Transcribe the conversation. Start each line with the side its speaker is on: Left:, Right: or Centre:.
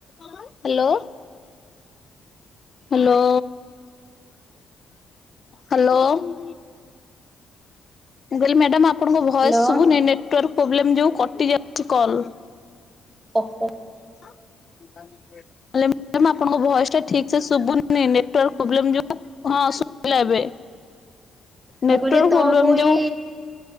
Left: Hello. Hello hello. ମୁଁ କହିଲି madam ଆପ୍ ଆପଣଙ୍କ ଭଏସ୍
Right: ହ୍ୟାଲୋ।
Left: ସୁଭୁନି। ନେଟୱାର୍କ ପ୍ରୋବ୍ଲେମ ଯୋଗୁଁ କଟି ଯାଉଛି କଲ୍।
Right: ସତ।
Left: ମ୍ୟାଡାମ ଆପଣଙ୍କ ଭଏସ୍ ଟା ଠିକ୍ ଶୁୁବୁନି ନେଟୱାର୍କ ପ୍ରୋବ୍ଲେମ ଯୋଗୁଁ ହଁ ଶୁବିଲା ଏବେ।
Right: ମୁଁ
Left: ନେଟ
Right: କହିଲି
Left: ପ୍ରୋବଲେ
Right: ତୋ ବୋଇ
Left: ଯଉ